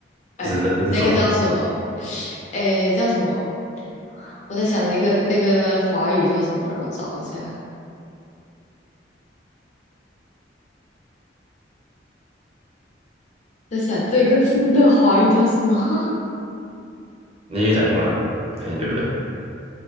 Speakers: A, on the right; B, on the left.
A: 不是那那是什么？
B: 诶，那个叫什么？诶，叫什么？我在想那个那个华语叫什么？让我找一下。在想这个字的华语叫什么？<laughs>
A: 你也可以讲英文啊，看你对不对？